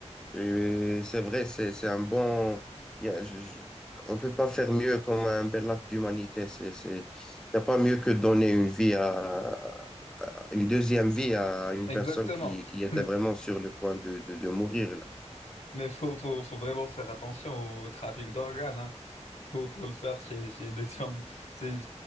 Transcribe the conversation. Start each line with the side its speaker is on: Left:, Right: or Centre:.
Centre: Et c'est vrai, c'est, c'est un bon. il y a- je- je- on ne peut pas faire mieux comme un bel acte d'humanité. C'est, c'est, il n'y a pas mieux que donner une vie à. euh, une deuxième vie à une
Left: Exactement.
Centre: personne qui, qui était
Left: <laughs>
Centre: vraiment
Left: Mais
Centre: sur le point de, de, de mourir. Là,
Left: mais faut faut faut vraiment faire attention au trafic d'organes, hein. Faut, faut le faire chez, chez des chambres- c'est